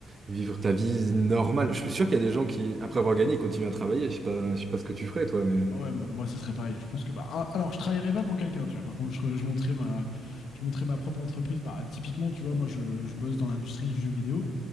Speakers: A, on the right; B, on the left.
A: vivre ta vie normale. Je suis sûr qu'il y a des gens qui, après avoir gagné, continuent à travailler. Je sais pas, je sais pas ce que tu ferais, toi, mais.
B: Ah ouais, mo- moi, ça serait pareil. Je pense que, bah, a- alors, je travaillerais pas pour quelqu'un, tu vois. Par contre, je, je monterais ma, je monterais ma propre entreprise. Bah, typiquement, tu vois, moi, je, je bosse dans l'industrie du jeu vidéo.